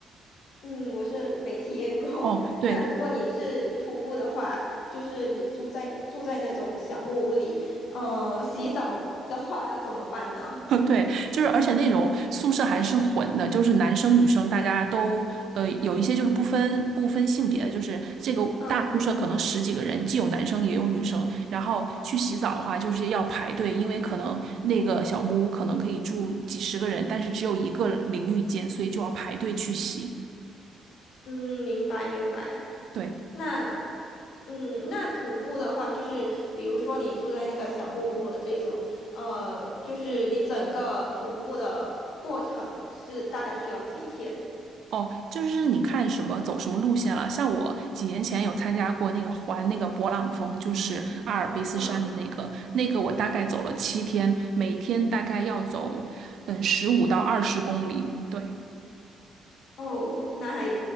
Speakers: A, on the left; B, on the right.
A: 嗯，我是没体验过。
B: 哦，
A: <laughs>
B: 对，
A: 那如果你是徒步的话，就是你住在住在那种小木屋里，呃，洗澡的话要怎么办呢？
B: <laughs> 对，就是而且那种宿舍还是混的，就是男生女生大家都呃有一些就是不分不分性别的，就是这个大宿舍可能十几个人，
A: 嗯
B: 既有男生也有女生。然后去洗澡的话，就是要排队，因为可能那个小木屋可能可以住几十个人，但是只有一个淋浴间，所以就要排队去洗。
A: 嗯，明白明白。
B: 对。
A: 那嗯，那徒步的话，就是比如说你住在那个小木屋的这种，呃，就是你整个徒步的过程是大概需要几天？
B: 哦，就是你看什么走什么路线了。像我几年前有参加过那个环那个勃朗峰，就是阿尔卑斯山的那个，
A: 嗯。
B: 那个我大概走了七天，每一天大概要走嗯十五到二十公里。对，
A: 哦，那还